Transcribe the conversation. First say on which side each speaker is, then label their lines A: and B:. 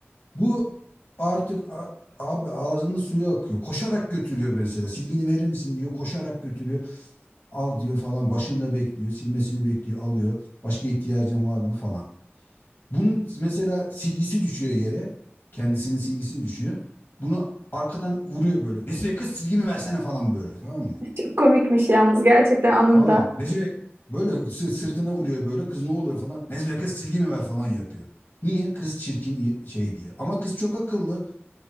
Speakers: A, on the left; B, on the right.
A: Bu artık a- abi ağzının suyu akıyor. Koşarak götürüyor mesela. Silgini verir misin diyor. Koşarak götürüyor. Al diyor falan. Başında bekliyor. Silmesini bekliyor. Alıyor. Başka ihtiyacın var mı falan. Bunun mesela silgisi düşüyor yere. Kendisinin silgisini düşüyor. Bunu arkadan vuruyor böyle. Nesibe kız silgimi versene falan böyle tamam mı?
B: Çok komikmiş yalnız gerçekten anında.
A: Aa, Nesibe böyle sı- sırtına vuruyor böyle. Kız ne oluyor falan. Nesibe kız silgimi ver falan yapıyor. Niye? Kız çirkin i- şey diye. Ama kız çok akıllı.